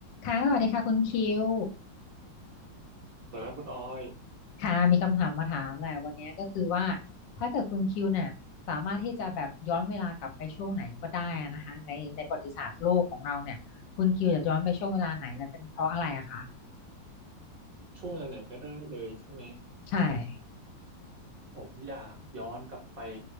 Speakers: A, on the left; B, on the right.
A: ค่ะสวัสดีค่ะคุณคิว
B: สำหรับคุณออย
A: ค่ะ มีคำถามมาถามแหละวันนี้ก็คือว่า ถ้าเกิดคุณคิวเนี่ยสามารถที่จะแบบย้อนเวลากลับไปช่วงไหนก็ได้อะนะคะ ในในประวัติศาสตร์โลกของเราเนี่ยคุณคิวจะย้อนไปช่วงเวลาไหนและเป็นเพราะอะไรอะคะ
B: ช่วงไหนๆก็ได้เลยใช่ไหม
A: ใช่
B: ผมอยากย้อนกลับไป